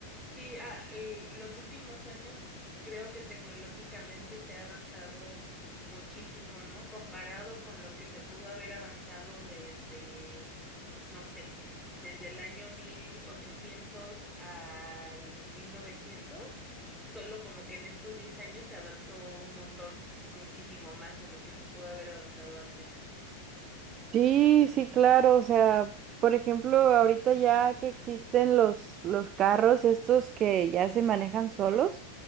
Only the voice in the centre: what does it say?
sí, a- el- los últimos años creo que tecnológicamente se ha avanzado muchísimo, ¿no? Comparado con lo que se pudo haber avanzado desde, no sé, desde el año 1800 al 1900, solo como que en estos 10 años se avanzó un montón, muchísimo más de lo que se pudo haber avanzado antes.